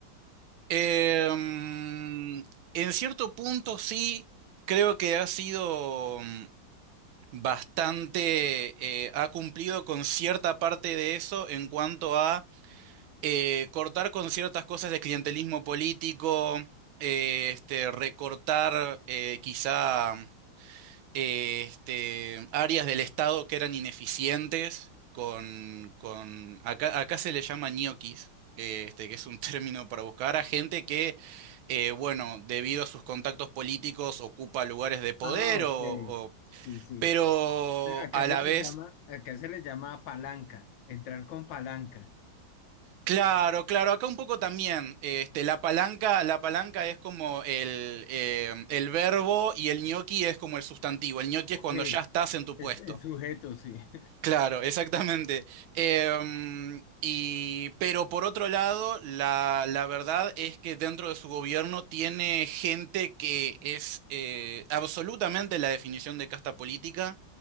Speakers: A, on the right; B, on the left.
A: Em, en cierto punto sí, creo que ha sido mm, bastante, eh, ha cumplido con cierta parte de eso en cuanto a eh, cortar con ciertas cosas de clientelismo político, eh, este, recortar eh, quizá eh, este, áreas del Estado que eran ineficientes con, con acá, acá se le llama ñoquis, eh, este, que es un <laughs> término para buscar a gente que, eh, bueno, debido a sus contactos políticos ocupa lugares de poder
B: Ah, ok.
A: o, o-
B: Sí, sí.
A: pero
B: Acá
A: a
B: se
A: la
B: les
A: vez...
B: llama, acá se les llama palanca, entrar con palanca.
A: Claro, claro, acá un poco también, eh, este, la palanca, la palanca es como el, eh, el verbo y el ñoqui es como el sustantivo. El ñoqui
B: Ok,
A: es cuando
B: el,
A: ya estás en tu puesto.
B: el sujeto, sí. <laughs>
A: Claro, exactamente. Em, y, pero por otro lado, la, la verdad es que dentro de su gobierno tiene gente que es eh, absolutamente la definición de casta política,